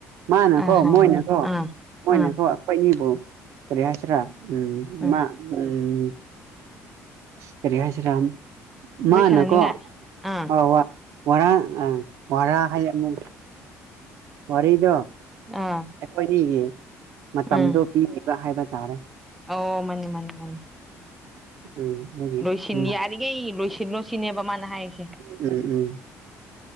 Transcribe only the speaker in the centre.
ꯑ ꯍ
ꯑꯥ
ꯑꯥ
ꯑꯥ
ꯋꯥꯔꯤ ꯁꯥꯟꯅꯅꯤꯡꯉꯥꯏ ꯑꯥ
ꯑꯥ
ꯎꯝ
ꯑꯣ ꯃꯥꯅꯤ ꯃꯥꯅꯤ ꯃꯥꯅꯤ
ꯂꯣꯏꯁꯤꯟ
ꯌꯥꯔꯤꯈꯩ ꯂꯣꯏꯁꯤꯜꯂꯣ ꯁꯤꯅꯦꯕ ꯃꯥꯅ ꯍꯥꯏꯔꯤꯁꯦ